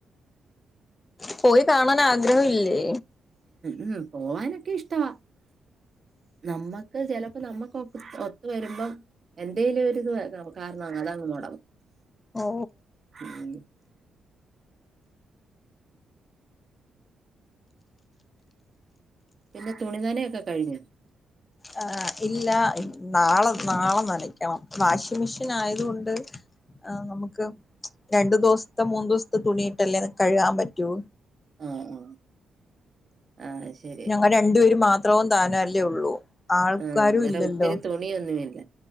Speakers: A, on the left (about 25°); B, on the right (about 40°).
A: പോയി കാണാൻ ആഗ്രഹം ഇല്ലേ?
B: ഉം, <unintelligible> ഇഷ്ടവാ നമ്മക്ക് ചെലപ്പോ നമ്മുക്ക് ഒ ഒത്ത് വരുമ്പം എന്തേലും ഒര് ഇത് കാരണം അങ്ങനങ്ങ് മൊടങ്ങും
A: ഓ
B: ഉം പിന്നെ തുണി നനെയൊക്കെ കഴിഞ്ഞോ?
A: ആ ഇല്ല നാളെ നാളെ നനയ്ക്കണം വാഷിങ് മെഷീൻ ആയത് കൊണ്ട് നമുക്ക് രണ്ടു ദിവസത്തെ മൂന്ന് ദിവസത്തെ തുണിയിട്ടല്ലേ കഴുകാൻ പറ്റൂ.
B: ആഹ് ആഹ് ശരി
A: ഞങ്ങൾ രണ്ടുപേര് മാ ത്രവും താനെ അല്ലേ ഉള്ളൂ ആൾക്കാരും
B: ആഹ് അന്നേരം
A: ഇല്ലല്ലോ
B: ഒത്തിരി തുണിയൊന്നുമില്ല.